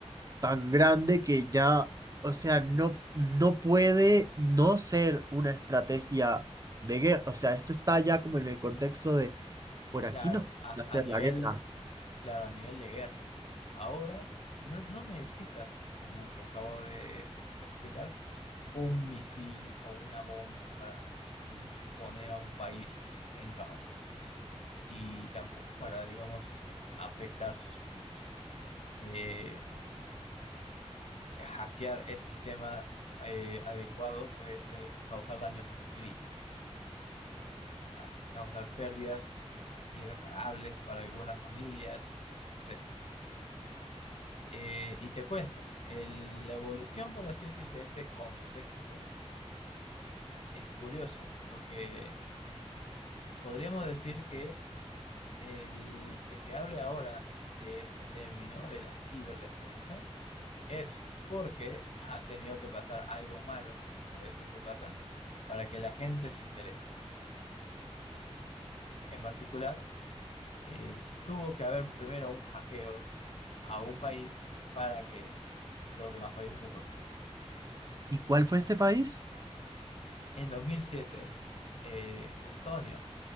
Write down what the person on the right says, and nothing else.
tan grande que ya, o sea, no, no puede no ser una estrategia de guerra. O sea, esto está ya como en el contexto de por aquí
no pueden
hacer
la guerra.
¿Y cuál fue este país?